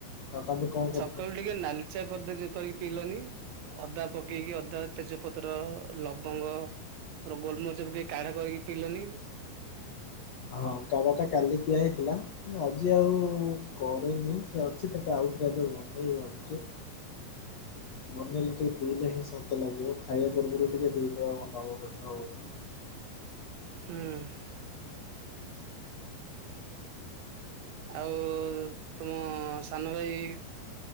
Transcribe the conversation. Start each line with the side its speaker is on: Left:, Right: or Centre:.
Left: ଆଉ ତମେ କଣ କରୁ
Right: କହିଲି ଟିକେ ନାଲିଚା କରିଦେଲୁ। ଇଏ କରିକି ପିଇଲନି ଅଦା ପକେଇକି ଅଦା ତେଜପତ୍ର ଲବଙ୍ଗ ମୋର ଗୋଲମରିଚକୁ ଟିକେ କଢା କରିକି ପଇିଲନି।
Left: ହଁ କାମ ଟା କାଲି ଦିଆ ହେଇଥିଲା। ଆଜି ଆଉ କରେନି ସେ ଅଛି ତାକୁେ ଆଉଥରେ ଏବେ ବନେଇବୁ ଆମ ହୁଁ ବନେଇେଲେ ଟିକେ ପିଇଲେ ହିଁ ଶାନ୍ତି ଲାଗିବ, ଖାଇବା ପୂର୍ବରୁ ଟିକେ ପିଇଥବା ମନବ ପେଟ ବହୁତ
Right: ହଁ। ଆଉ ତମ ସାନ ଭାଇ